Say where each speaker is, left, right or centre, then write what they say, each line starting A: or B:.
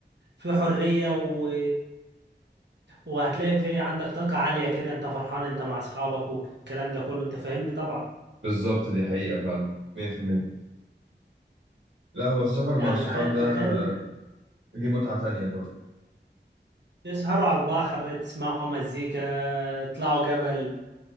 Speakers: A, on the right; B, on the right.
A: في حرية و... وهتلاقي في عندك طاقة عالية كده انت فرحان انت مع اصحابك والكلام ده كله انت فاهمني طبعا
B: بالظبط دي حقيقة فعلا 100% لا هو السفر
A: يعني
B: مع الصحاب
A: مكان
B: ده
A: مكان
B: ليه متعة تانية برضه
A: تسهروا على البحر تسمعوا مزيكا تطلعوا جبل